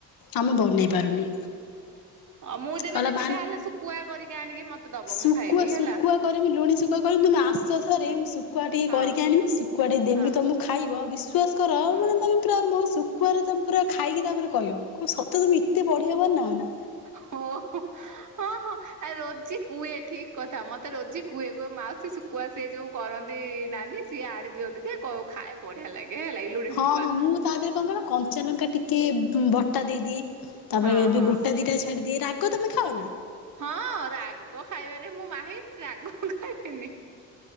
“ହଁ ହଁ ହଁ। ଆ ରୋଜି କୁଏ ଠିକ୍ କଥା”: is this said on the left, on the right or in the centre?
Right